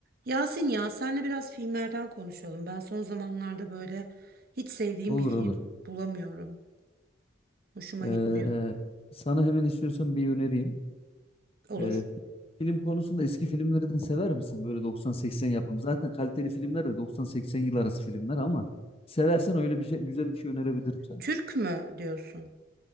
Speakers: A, on the right (about 50°); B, on the left (about 30°).
A: Yasin ya senle biraz filmlerden konuşalım. Ben son zamanlarda böyle hiç sevdiğim
B: Olur
A: bir film
B: olur.
A: bulamıyorum. Hoşuma
B: Ee,
A: gitmiyor.
B: e, sana hemen istiyorsan bir önereyim.
A: Olur.
B: Ee, film konusunda eski filmlerden sever misin? Böyle 90-80 yapım. Zaten kaliteli filmler de 90-80 yıl arası filmler ama seversen öyle bir şey güzel bir şey önerebilirim sana.
A: Türk mü diyorsun?